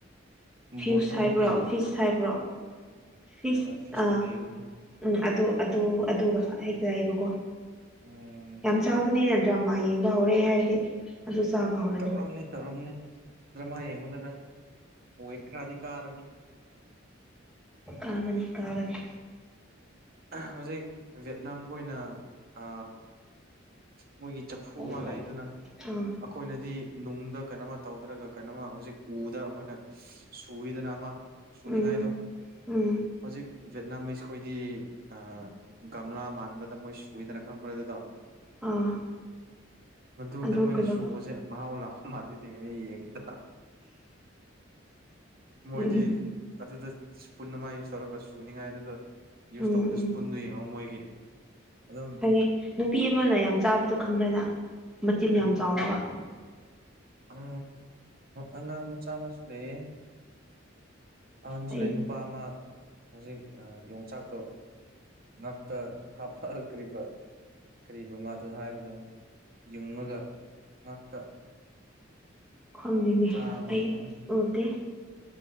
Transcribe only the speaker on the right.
ꯕꯣꯇꯜꯒꯤ
ꯐꯤꯁꯇꯤ
ꯂꯩꯕꯅꯤ
ꯎꯝ
ꯇꯧꯔꯝꯅꯤ ꯇꯧꯔꯝꯅꯤ ꯗ꯭ꯔꯥꯃꯥ ꯌꯦꯡꯕꯗ ꯅꯪ ꯑꯣꯠ ꯈꯔꯗꯤ ꯀꯥꯔꯅꯤ
ꯍꯧꯖꯤꯛ ꯖꯦꯠꯅꯥ ꯃꯈꯣꯏꯅ ꯑ ꯃꯣꯏꯒꯤ ꯆꯐꯨ
ꯑꯃ ꯂꯩꯗꯅ ꯑꯈꯣꯏꯅꯗꯤ ꯅꯨꯡꯗ ꯀꯩꯅꯣꯃ ꯇꯧꯗ꯭ꯔꯒ ꯀꯩꯅꯣꯃ ꯍꯧꯖꯤꯛ ꯎꯗ ꯑꯩꯈꯣꯏꯅ ꯁꯨꯏꯋꯦꯗꯅ ꯑꯃ ꯁꯨꯅꯤꯡꯉꯥꯏꯗꯣ
ꯍꯧꯖꯤꯛ ꯖꯦꯠꯅꯥꯝꯁꯈꯣꯏꯗꯤ ꯑ ꯒꯝꯂꯥ ꯃꯥꯟꯕꯗ ꯃꯣꯏ ꯁꯨꯗꯅ ꯈꯪꯕ꯭ꯔꯥ ꯑꯗꯨꯗꯣ
ꯃꯗꯨꯗ
ꯃꯣꯏꯅ
ꯁꯨꯕꯁꯦ ꯃꯍꯥꯎ ꯂꯥꯛꯄ ꯃꯥꯜꯂꯤꯅꯦ ꯑꯩ ꯌꯦꯕꯗ ꯃꯣꯏꯗꯤ
ꯑꯗꯨꯗ ꯏꯁꯄꯨꯟ ꯑꯃ ꯌꯨꯁ ꯇꯧꯔꯒ ꯁꯨꯅꯤꯉꯥꯏ ꯑꯗꯨꯗ ꯌꯨꯁ
ꯇꯧꯕꯗ
ꯏꯁꯄꯨꯟꯗꯣ ꯌꯦꯡꯉꯣ ꯃꯣꯏꯒꯤ ꯑꯗꯨꯝ
ꯍꯣ ꯑꯉꯥꯡ ꯃꯆꯥ ꯑꯃꯁꯨ ꯂꯩꯌꯦ ꯑꯍꯟꯖꯨ
ꯂꯩ ꯅꯨꯄꯥ ꯑꯃ ꯍꯧꯖꯤꯛ ꯑ ꯌꯣꯡꯆꯥꯛꯀ ꯉꯛꯇ ꯍꯥꯐꯛ ꯀꯔꯤꯕ ꯀꯔꯤꯕ ꯉꯥꯗꯣ ꯍꯥꯏꯕꯗꯣ ꯌꯨꯡꯉꯒ ꯉꯥꯛꯇ
ꯆꯥꯕꯅꯤꯅ
ꯃꯥ